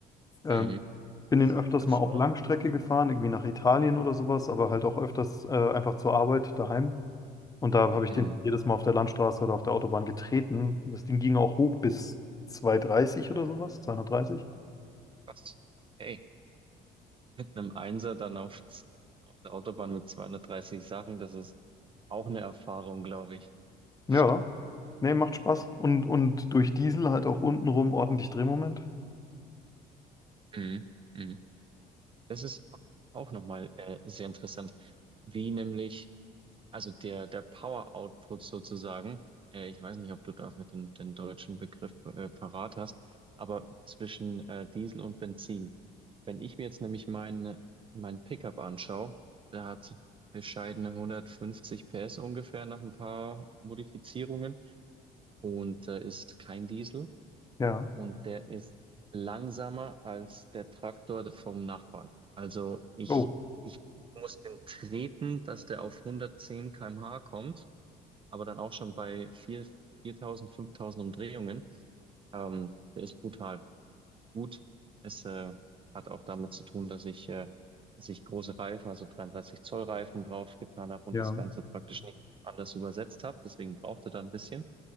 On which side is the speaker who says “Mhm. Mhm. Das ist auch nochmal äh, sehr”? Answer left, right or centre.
Right